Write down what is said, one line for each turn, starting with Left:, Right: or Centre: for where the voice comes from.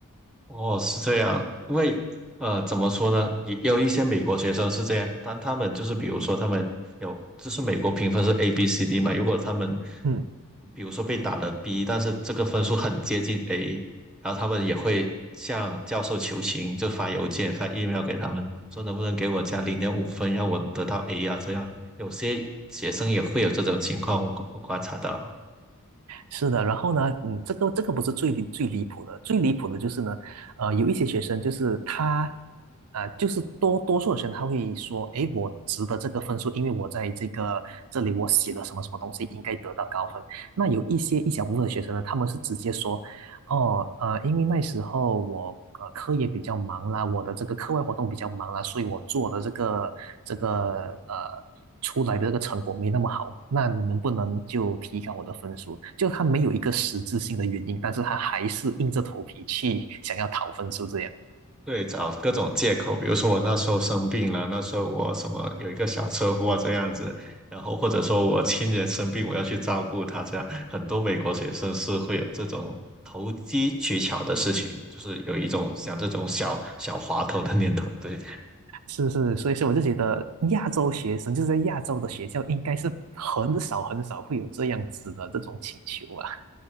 Centre: 哦，是这样，因为呃，怎么说呢，也也有一些美国学生是这样，当他们就是比如说他们有，就是美国评分是 A、B、C、D 嘛，如果他们
Right: 嗯，
Centre: 比如说被打了 B，但是这个分数很接近 A，然后他们也会向教授求情，就发邮件、发 email 给他们，说能不能给我加零点五分，让我得到 A 啊，这样有些学生也会有这种情况，我我观察到。
Right: 是的。然后呢，嗯，这个这个不是最离最离谱的，最离谱的就是呢，呃，有一些学生就是他。呃，就是多多数的学生他会说，诶，我值得这个分数，因为我在这个这里我写了什么什么东西，应该得到高分。那有一些一小部分的学生呢，他们是直接说，哦，呃，因为那时候我呃课业比较忙啦，我的这个课外活动比较忙啦，所以我做的这个这个呃出来的这个成果没那么好。那能不能就提高我的分数？就他没有一个实质性的原因，但是他还是硬着头皮去想要讨分数这样。
Centre: 对，找各种借口，比如说我那时候生病了，那时候我什么有一个小车祸啊这样子，然后或者说我亲人生病，我要去照顾他，这样很多美国学生是会有这种投机取巧的事情，就是有一种想这种小小滑头的念头。对，
Right: 是是，所以说我就觉得亚洲学生就是在亚洲的学校应该是很少很少会有这样子的这种请求啊。